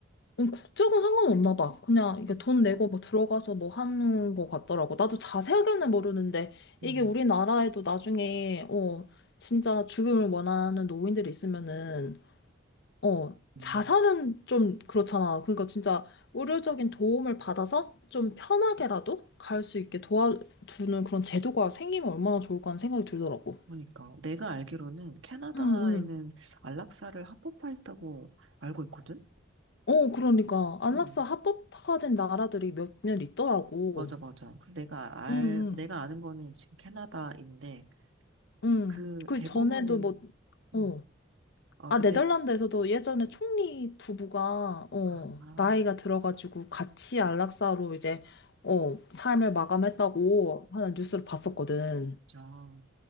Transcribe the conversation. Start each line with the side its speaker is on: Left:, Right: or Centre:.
Left: 음, 국적은 상관없나 봐. 그냥
Right: 음.
Left: 이게 돈 내고 뭐 들어가서 뭐 하는 거 같더라고. 나도 자세하게는 모르는데
Right: 음.
Left: 이게 우리나라에도 나중에 어 진짜 죽음을 원하는 노인들이 있으면은 어
Right: 음.
Left: 자살은 좀 그렇잖아. 그러니까 진짜 의료적인 도움을 받아서 좀 편하게라도 갈 수 있게 도와주는 그런 제도가 생기면 얼마나 좋을까 하는 생각이 들더라고.
Right: 그러니까 내가 알기로는 캐나다에는
Left: 응, 응.
Right: 안락사를 합법화했다고 알고 있거든?
Left: 어, 그러니까 안락사
Right: 응.
Left: 합법화된 나라들이 몇몇 있더라고.
Right: 맞아, 맞아. 그 내가 알,
Left: 응, 응,
Right: 내가 아는 거는 지금 캐나다인데
Left: 응.
Right: 그
Left: 그
Right: 대부분의
Left: 전에도 뭐,
Right: 음,
Left: 어.
Right: 어,
Left: 아,
Right: 그
Left: 네덜란드에서도
Right: 대,
Left: 예전에 총리 부부가, 어,
Right: 아,
Left: 나이가 들어가지고 같이 안락사로 이제, 어, 삶을 마감했다고 하는 뉴스를 봤었거든.
Right: 진짜.